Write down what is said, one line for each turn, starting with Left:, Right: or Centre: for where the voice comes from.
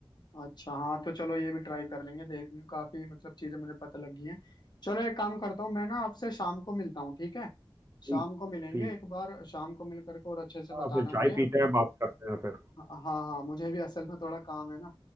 Left: अच्छा हाँ तो चलो ये भी ट्राई कर लेंगे देखने काफी मतलब चीजें मुझे पता लगी हैं चलो एक काम करता हूँ मैं ना आपसे शाम को मिलता हूँ ठीक है शाम
Right: ठीक
Left: को मिलेंगे
Right: ठीक
Left: एक बार शाम को मिल करके और अच्छे से
Right: हाँ
Left: बताना
Right: फिर
Left: मुझे
Right: चाय पीते हैं बात करते हैं फिर
Left: हाँ हाँ हाँ, मुझे भी असल में थोड़ा काम है ना